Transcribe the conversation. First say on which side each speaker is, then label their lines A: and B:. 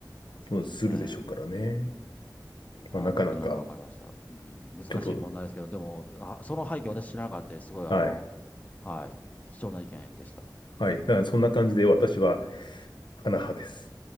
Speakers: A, on the left; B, on the left.
A: まあそうですね。
B: うんするでしょうからね。
A: ああ、
B: まあ、なかなか、
A: なんとなくわかりました。うん、難しい問題ですけど、
B: ちょっと、
A: でも、あ、その背景私知らなかったです。すごい、
B: はい、
A: あの、はい、貴重な意見でした。
B: はい。だからそんな感じで私は、アナ派です。